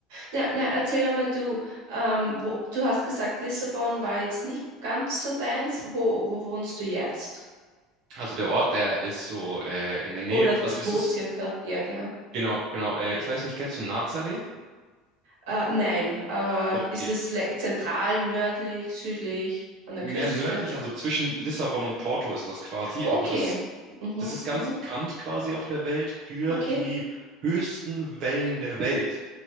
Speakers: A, on the right; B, on the right.
A: Na, na, erzähl einmal du, ähm, wo, du hast gesagt, Lissabon war jetzt nicht ganz so deins. Wo, wo wohnst du jetzt?
B: Also der Ort, der ist so äh, in der Nähe,
A: Oder
B: also
A: z-
B: das
A: wo
B: ist,
A: circa? Ja, genau.
B: genau, genau, äh, ich weiß nicht, kennst du Nazaré?
A: Äh, nein, aber
B: Okay.
A: ist es le- zentral, nördlich, südlich, an
B: Mehr
A: der Küste?
B: nördlich, also zwischen Lissabon und Porto ist das quasi,
A: Okay.
B: aber das,
A: Mhm,
B: das ist ganz
A: mhm,
B: bekannt quasi auf der Welt für
A: okay.
B: die höchsten Wellen der Welt.